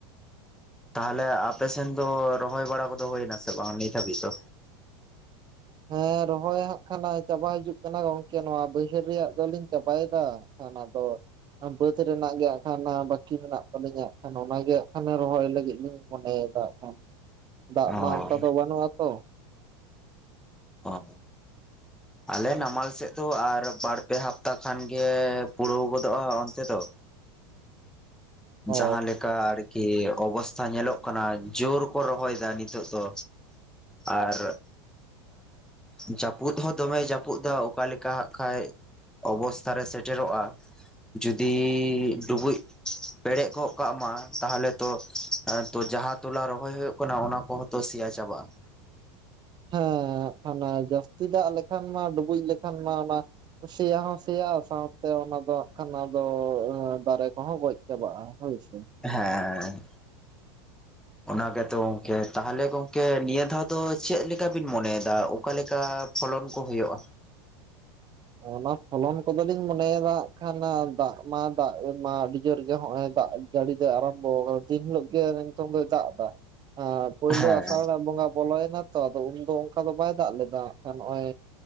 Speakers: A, in the centre; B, on the right (about 30°).
A: ᱛᱟᱦᱚᱞᱮ ᱟᱯᱮ ᱥᱮᱱ ᱫᱚ ᱨᱚᱦᱚᱭ ᱵᱟᱲᱟ ᱠᱚᱫᱚ ᱦᱩᱭ ᱱᱟ ᱥᱮ ᱵᱟᱝ ᱱᱤᱛ ᱦᱟᱹᱵᱤᱡ ᱫᱚ?
B: ᱦᱮᱸ ᱨᱚᱦᱚᱭ ᱦᱟᱸᱜ ᱠᱷᱟᱱᱟ ᱪᱟᱵᱟ ᱦᱤᱡᱩᱜ ᱠᱟᱱᱟ ᱜᱚᱝᱠᱮ ᱱᱚᱣᱟ ᱵᱟᱹᱭᱦᱟᱹᱲ ᱨᱮᱭᱟᱜ ᱫᱚᱞᱤᱧ ᱪᱟᱵᱟ ᱭᱮᱫᱟ᱾ ᱠᱷᱟᱱ ᱟᱫᱚᱼᱼ ᱵᱟᱹᱫ ᱨᱮᱱᱟᱜ ᱜᱮ ᱦᱟᱸᱜ ᱠᱷᱟᱱ ᱦᱟᱸ ᱵᱟᱹᱠᱤ ᱢᱮᱱᱟᱜ ᱛᱟᱹᱞᱤᱧᱟ ᱟᱸᱜ ᱠᱷᱟᱱ ᱚᱱᱟ ᱜᱮ ᱟᱸᱜ ᱠᱷᱟᱱ ᱨᱚᱦᱚᱭ ᱞᱟᱹᱜᱤᱫ ᱞᱤᱧ ᱢᱚᱱᱮᱭ ᱫᱟ ᱟᱸᱜᱠᱷᱟᱱ ᱫᱟᱜ
A: ᱚ
B: ᱢᱟ ᱚᱱᱠᱟ ᱫᱚ ᱵᱟᱹᱱᱩᱜᱼᱟ ᱛᱚ
A: <inaudible>
B: <unintelligible>
A: ᱟᱞᱮ ᱱᱟᱢᱟᱞ ᱥᱮᱜ ᱫᱚ ᱟᱨ ᱵᱟᱨ ᱯᱮ ᱦᱟᱯᱛᱟ ᱠᱷᱟᱱ ᱜᱮ ᱯᱩᱲᱟᱹᱣ ᱜᱚᱫᱚᱜᱼᱟ ᱚᱱᱛᱮ ᱫᱚ
B: ᱚ
A: ᱡᱟᱦᱟᱸᱞᱮᱠᱟ ᱠᱤ ᱚᱵᱚᱥᱛᱟ ᱧᱮᱞᱚᱜ ᱠᱟᱱᱟ ᱡᱳᱨ ᱠᱚ ᱨᱚᱦᱚᱭ ᱫᱟ ᱱᱤᱛᱳᱜ ᱫᱚ ᱟᱨ ᱮᱸᱜ ᱡᱟᱹᱯᱩᱫ ᱦᱚᱸ ᱫᱚᱢᱮ ᱡᱟᱹᱯᱩᱫ ᱫᱟ ᱚᱠᱟᱞᱮᱠᱟ ᱦᱟᱸᱜ ᱠᱷᱟᱭ ᱚᱵᱚᱥᱛᱟ ᱨᱮ ᱥᱮᱴᱮᱨᱚᱜᱼᱟ ᱡᱩᱫᱤ ᱰᱩᱵᱩᱡ ᱯᱮᱲᱮᱡ ᱠᱚᱜ ᱠᱟᱜ ᱢᱟ ᱛᱟᱦᱞᱮ ᱛᱚ <inaudible> ᱡᱟᱦᱟᱸ ᱛᱚᱞᱟ ᱨᱚᱦᱚᱭ ᱦᱩᱭᱩᱜ ᱠᱟᱱᱟ ᱚᱱᱟ ᱠᱚᱦᱚᱸ ᱛᱚ ᱥᱤᱭᱟ ᱪᱟᱵᱟᱜᱼᱟ
B: ᱦᱮᱸ ᱟᱱᱟ ᱡᱟᱹᱥᱛᱤ ᱫᱟᱜ ᱞᱮᱠᱷᱟᱱ ᱢᱟ ᱰᱩᱵᱩᱡ ᱞᱮᱠᱷᱟᱱ ᱢᱟ ᱚᱱᱟ ᱥᱮᱭᱟ ᱦᱚᱸ ᱥᱮᱭᱟᱜ-ᱟ ᱥᱟᱶᱛᱮ ᱚᱱᱟ ᱫᱚ <inaudible> ᱫᱚ ᱫᱟᱨᱮ ᱠᱚᱦᱚᱸ ᱜᱚᱡ ᱪᱟᱵᱟᱜ-ᱟ ᱦᱳᱭ ᱥᱮ
A: ᱦᱮᱸ
B: <unintelligible>
A: ᱚᱱᱟ ᱜᱮᱛᱚ ᱜᱚᱢᱠᱮ ᱛᱟᱦᱞᱮ ᱜᱚᱝᱠᱮ ᱱᱤᱭᱟᱹ ᱫᱷᱟᱣ ᱫᱚ ᱪᱮᱫᱞᱮᱠᱟ ᱵᱤᱱ ᱢᱚᱱᱮᱭᱮᱫᱟ ᱚᱠᱟᱞᱮᱠᱟ ᱯᱷᱚᱞᱚᱱ ᱠᱚ ᱦᱳᱭᱳᱜᱼᱟ
B: ᱚᱱᱟ ᱯᱷᱚᱞᱚᱱ ᱠᱚᱫᱚᱞᱤᱧ ᱢᱚᱱᱮᱭᱫᱟ ᱟᱸᱜ ᱠᱷᱟᱱ ᱫᱟᱜ ᱢᱟ ᱫᱟᱜ ᱢᱟ ᱟᱹᱰᱤ ᱡᱳᱨ ᱜᱮ ᱦᱚᱜᱼᱚᱭ ᱫᱟᱜ ᱟᱹᱰᱤ ᱫᱚᱭ ᱟᱨᱟᱢᱵᱚ ᱠᱟᱫᱟ ᱫᱤᱱ ᱦᱤᱞᱳᱜ ᱜᱮ ᱱᱤᱛᱚᱝ ᱫᱚᱭ ᱫᱟᱜ ᱫᱟ ᱮᱻ ᱯᱳᱭᱞᱳ
A: ᱦᱮᱸ
B: ᱟᱥᱟᱲ ᱨᱮᱱᱟᱜ ᱵᱚᱸᱜᱟ ᱵᱚᱞᱚᱭᱱᱟ ᱛᱚ ᱟᱫᱚ ᱩᱱᱫᱚ ᱚᱱᱠᱟ ᱫᱚ ᱵᱟᱭ ᱫᱟᱜ ᱞᱮᱫᱟ ᱠᱷᱟᱱ ᱱᱚᱜ-ᱚᱭ